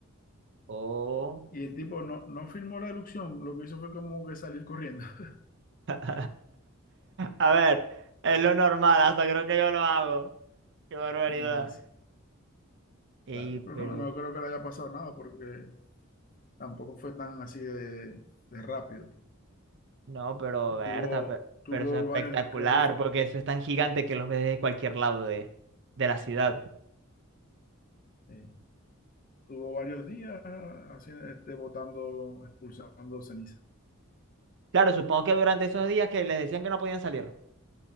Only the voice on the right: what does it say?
Oh.
<laughs> A ver, es lo normal, hasta creo que yo lo hago. Qué barbaridad.
Ey,
pero,
no, pero
Berta,
pe-
pero, eso es espectacular,
porque eso es tan gigante que los ves desde cualquier lado de, de la ciudad.
Claro, supongo que durante esos días que les decían que no podían salir.